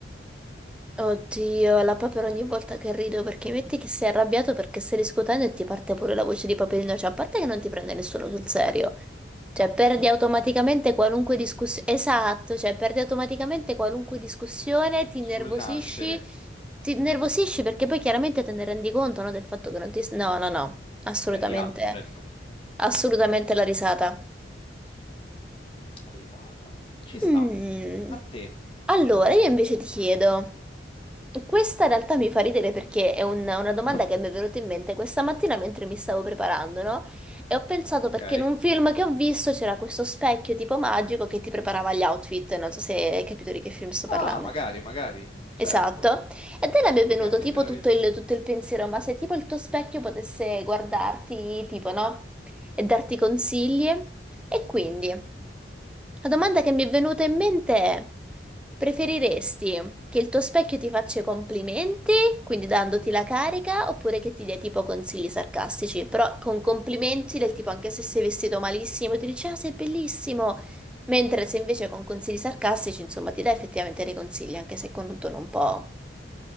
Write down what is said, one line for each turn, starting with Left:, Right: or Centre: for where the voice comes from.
Centre: Oddio, la papera ogni volta che rido perché metti che sei arrabbiato perché stai discutendo e ti parte pure la voce di Paperino, cioè a parte che non ti prende nessuno sul serio, cioè
Left: No,
Centre: perdi
Left: nessuno.
Centre: automaticamente qualunque discussione, esatto, cioè perdi automaticamente
Left: <laughs>
Centre: qualunque discussione, ti innervosisci,
Left: Sul nascere,
Centre: ti innervosisci perché poi chiaramente te ne rendi conto, no, del fatto che non ti... No, no, no, assolutamente,
Left: prendi atto, certo.
Centre: assolutamente la risata.
Left: Risata. Ci sta.
Centre: Mm.
Left: A te.
Centre: Allora, io invece ti chiedo, questa in realtà mi fa ridere perché è un- una domanda
Left: <laughs>
Centre: che mi è venuta in mente questa mattina mentre mi stavo preparando, no? E ho pensato
Left: Ok.
Centre: perché in un film che ho visto c'era questo specchio tipo magico che ti preparava gli outfit, non so se hai capito di che film sto
Left: Ah,
Centre: parlando.
Left: magari, magari. Certo,
Centre: Esatto, e te mi
Left: magari
Centre: è venuto tipo
Left: ce l'avessi.
Centre: tutto il, tutto il pensiero, ma se tipo il tuo specchio potesse guardarti, tipo, no? E darti consigli, e quindi... La domanda che mi è venuta in mente è: preferiresti che il tuo specchio ti faccia i complimenti, quindi dandoti la carica, oppure che ti dia tipo consigli sarcastici, però con complimenti del tipo anche se sei vestito malissimo, ti dice ah, sei bellissimo, mentre se invece con consigli sarcastici, insomma, ti dà effettivamente dei consigli, anche se con un tono un po',